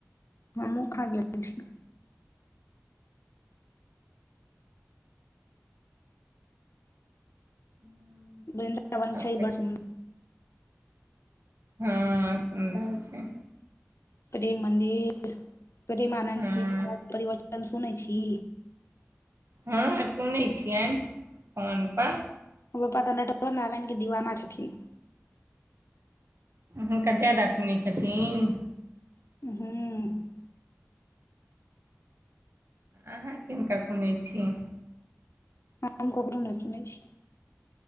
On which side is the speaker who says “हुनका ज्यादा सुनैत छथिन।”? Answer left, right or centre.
Right